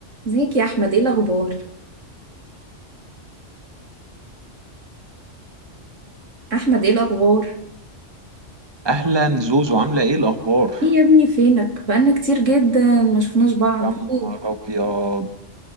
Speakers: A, on the right; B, on the right.
A: ازيك يا احمد ايه الاخبار احمد ايه الاخبار
B: اهلا زوزو عامله ايه الاخبار
A: ايه يا ابني فينك بقالنا كتير جدا ما شفناش بعض
B: يا نهار
A: ايه
B: ابيض